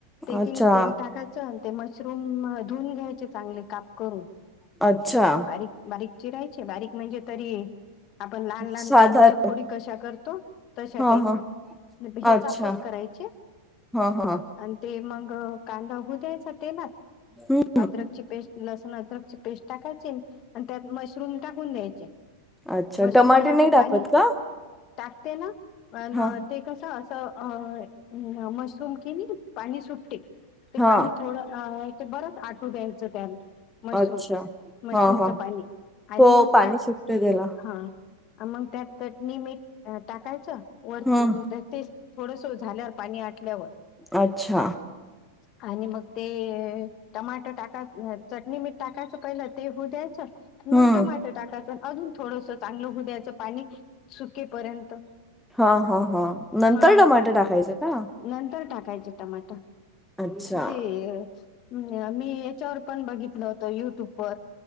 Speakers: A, on the left; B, in the centre.
A: तेल,
B: अच्छा.
A: टाकायचं मशरूम. धून घ्यायचे, चांगले काप करून.
B: अच्छा.
A: बारीक बारीक चिरायचे बारीक म्हणजे तरी. आपण लहान लहान
B: साधारण
A: आलूच्या फोडी कशा करतो. छटाईत
B: हा हा
A: ही
B: अच्छा
A: चापट कराय चे.
B: हा हा
A: आणि ते मग, कांदा होऊ द्यायचा तेलात.
B: हम्.
A: अद्रक ची पेस्ट लसण अद्रकची पेस्ट टाकायची, आणि त्यात मशरूम टाकून द्यायचे.
B: अच्छा
A: मशरूमला
B: टमाटे
A: असं,
B: नाही
A: पाणी
B: टाकत का
A: टाकते ना. पण
B: हा
A: ते कसं असं, अ.. मशरूम कि नाही पाणी सुटते. ते
B: हा
A: पाणी थोडं ते बरंच आटू द्यायचं त्या न. मशरूम,
B: अच्छा
A: मशरूमचं
B: हा हा
A: पाणी आणि
B: हो
A: मग
B: पाणी
A: त्यात
B: सुटते त्याला
A: हां. मग त्यात चटणी मीठ टाकायचं. वर
B: हम्म
A: तर तेच थोडंसं, झाल्यावर पाणी आटल्यावर.
B: अच्छा.
A: आणि मग ते टमाटर टाका, चटणी मीठ टाकायचं. पहिला ते होऊ द्यायचं
B: हम्म
A: मग, टमाट टाकायचं अजून थोडंसं. चांगलं होवू, द्याचं पाणी सुकेपर्यंत.
B: हा हा हा नंतर
A: हा
B: टमाट टाकायचं का?
A: नंतर टाकायचे टमाट.
B: अच्छा
A: ते मी हेच्यावर, पण बघितलं होतं युट्यूबवर.